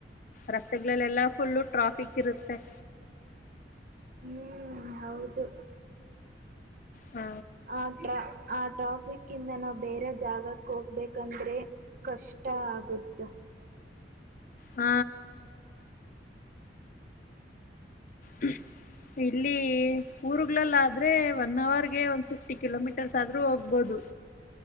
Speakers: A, on the left (about 50°); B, on the right (about 50°).
A: ರಸ್ತೆಗಳಲ್ಲೆಲ್ಲಾ ಫುಲ್ ಟ್ರಾಫಿ ತಪ್ಪಿಕ್ರತ್ತ
B: ಹ್ಮ್ ಹೌದು
A: ಹ
B: ಆಥ ಆ ಟ್ರಾಫಿಕ್ ಇಿಂದ ನಾವು ಬೇರೆ ಜಾಗಕ್ಕೆ ಹೋಗ್ಬೇಕಂದ್ರೆ ಕಷ್ಟ ಆಗುತ್ತ
A: ಹ್ಮ ಹ್ಮ ಇಲ್ಲಿ ಊರ್ಗಳಲ್ಲ ಆದ್ರೆ ಒನ್ ಅವರ್ಗೆ ಒಂದ್ ಫಿಫ್ಟಿ ಕಿಲೋಮೀಟರ್ಸ್ ಆದ್ರೂ ಹೋಗ್ಬೋದು